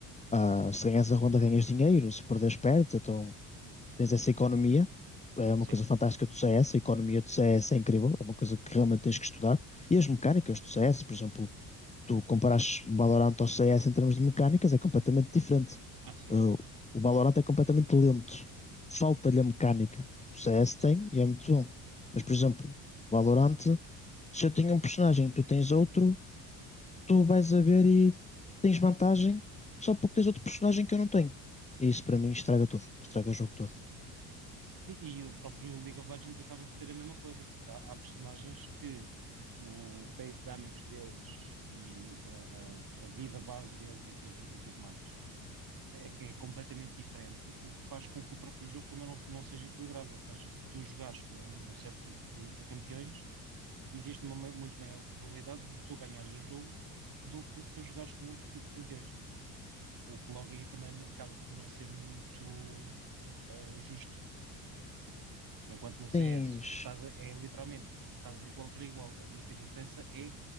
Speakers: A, on the left; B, on the right.
A: ah, se ganhas a ronda, ganhas dinheiro, se perderes, perdes, então tens essa economia. É uma
B: Sim.
A: coisa fantástica do CS, a economia do CS é incrível, é uma coisa que realmente tens que estudar. E as mecânicas do CS, por exemplo, tu comparas Valorant ao CS em termos de mecânicas, é completamente diferente.
B: Ah, sim,
A: Uh, o Valorant é completamente lento, falta-lhe a mecânica. O CS
B: sim.
A: tem e é muito bom. Mas, por exemplo, o Valorant, se eu tenho um personagem e tu tens outro, tu vais a ver e tens vantagem só porque tens outro personagem que eu não tenho. E isso para mim estraga tudo, estraga o jogo todo.
B: E, e o próprio League of Legends acaba por ter a mesma coisa, porque há, há personagens que o base damage deles e a, a- a vida base deles e tudo, e tudo mais é, é completamente diferente, o que faz com que o próprio jogo também não, não seja equilibrado. Ou seja, se tu jogares com um um certo tipo de, de campeões, existe uma mai- muito maior probabilidade de tu ganhares o jogo do que se jogares com outro tipo de campeões. O que logo aí também acaba por não ser muito ah, justo. Enquanto no CS,
A: Tens.
B: tu estás a- é literalmente, estás igual para igual. A única diferença é